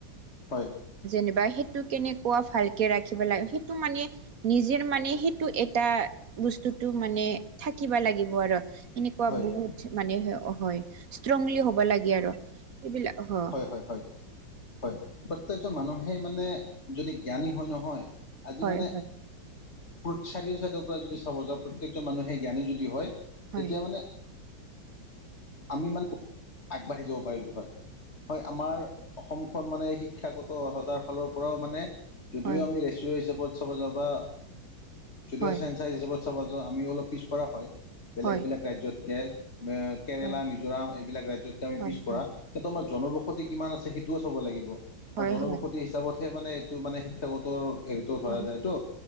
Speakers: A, on the left; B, on the right.
A: হয়।
B: যেনিবা সেইটো কেনেকুৱা, ভালকে ৰাখিব লাগে সেইটো মানে নিজেৰ মানে, সেইটো এটা বস্তুটো মানে থাকিবা লাগিব আৰু, এনেকুৱা
A: হয়
B: বহুত মানে হ-হয়। ষ্ট্ৰংলি হ'ব লাগে আৰু এইবিলাক। হ
A: হয় হয় হয়, হয়, প্ৰত্যেকজন মানুহেই মানে যদি জ্ঞানী হয় নহয়, আজি
B: হয়
A: মানে
B: হয়
A: কৰ্ড চাৰিও চাইডৰ পৰা যদি চাব যাওঁ, প্ৰত্যেকজন মানুহে জ্ঞানি যদি হয়
B: হয়
A: তেতিয়া মানে আমি মান আগবাঢ়ি যাব পাৰিলোঁ হয়। হয় আমাৰ অসমখন মানে শিক ক্ষাগত অৰ্হতাৰ ফালৰ পৰাও মানে
B: হয়
A: যদিও আমি ৰেচিঅ' হিচাপত চব যাওঁ বা যদিও
B: হয়
A: চেঞ্চাৰ হিচাপত চাব যাওঁ, আমিও অলপ পিছপৰা হয় বেলেগ
B: হয়
A: বেলেগ ৰাজ্যতকে। মে কেৰেলা,
B: হয়
A: মিজোৰাম এইবিলাক ৰাজ্যতকে আমি
B: হয়
A: পিছপৰা।
B: হয়
A: সেইটো আমাৰ জনবসতি কিমান আছে সেইটোও চব লাগিব আৰু
B: হয়
A: জনবসতি
B: হয় হয়
A: হিচাপতহে মানে তো মানে শিক্ষাগতৰ হেৰিতো ধৰা
B: হয়
A: যায়তো